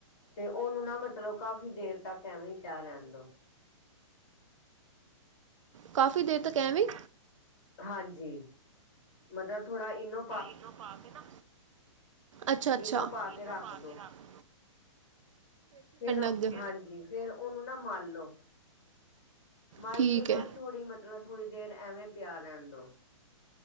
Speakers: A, on the left; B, on the right.
A: ਤੇ ਉਹਨੂੰ ਨਾ ਮਤਲਬ ਕਾਫ਼ੀ ਦੇਰ ਤੱਕ ਐਵੇਂ ਹੀ ਪੇਆ ਰਰੇ ਰੇਣ ਦੋ।
B: ਕਾਫ਼ੀ ਦੇਰ ਤੱਕ ਐਵੇਂ ਹੀ?
A: ਹਾਂਜੀ ਮਤਲਬ ਥੋੜਾ ਇਨੋ
B: ਇਨੋ ਪਾ ਕੇ ਨਾ ਅੱਛ- ਅੱਛਾ
A: ਇਨੋ ਪਾ
B: ਇਨੋ
A: ਰੱਖ
B: ਪਾ ਕੇ ਰਖ ਦੋ।
A: ਫੇਰ
B: ਅੱਗੇ
A: ਹਾਂਜੀ ਫੇਰ ਉਹਨੂੰ ਨਾ ਮਲ ਲੋ। ਮਲ
B: ਠੀਕ
A: ਕੇ ਫੇਰ
B: ਹੈ
A: ਥੋੜ੍ਹੀ ਮਤਲਬ ਥੋੜ੍ਹੀ ਦੇਰ ਐਵੇਂ ਪੇਆ ਰੈਣ ਦੋ।